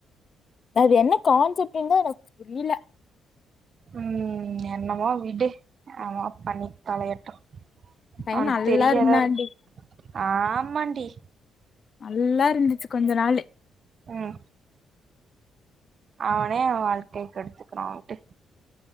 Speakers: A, on the left; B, on the right.
A: அது என்ன கான்செப்ட்ன்னு தா எனக்கு புரில
B: ம் என்னமோ விடு என்னமோ பண்ணி தொலையட்டு
A: பைய
B: அவனுக்கு
A: நல்லா
B: தெரியா
A: இருந்தான்டி
B: தா இருக்கு ஆமாண்டி
A: நல்லா இருந்துச்சு கொஞ்ச நாளு
B: ம் அவனே அவ வாழ்க்கைய கெடுத்துக்குறான்டு